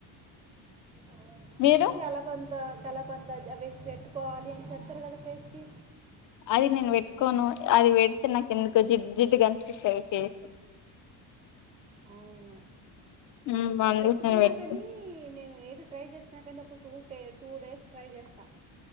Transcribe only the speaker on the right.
అవునా
ఇది అలబంద కల బంద అవి పెట్టుకోవాలి అని చెప్తారు కదా ఫేస్కి
అవును
పెట్టుకున్నా
కాని నేను ఏది ట్రై చేసిన కానీ ఒక టూ టే టూ డేస్ ట్రై చేస్తా